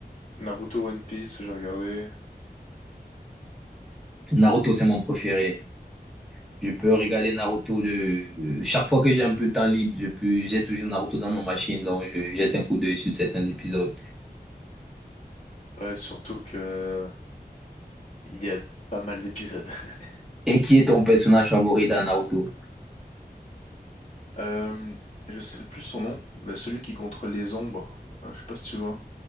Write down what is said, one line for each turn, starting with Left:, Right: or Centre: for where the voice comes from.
Left: Naruto One Piece, j'ai regardé.
Centre: Naruto, c'est mon préféré. Je peux regarder Naruto de... Chaque fois que j'ai un peu de temps libre, je peux... j'ai toujours Naruto dans ma machine, donc je jette un coup d'œil sur certains épisodes.
Left: Ouais, surtout que il y a pas mal d'épisodes. <laughs>
Centre: Et qui est ton personnage favori dans Naruto?
Left: Euh, je sais plus son nom, mais celui qui contrôle les ombres, euh, je sais pas si tu vois.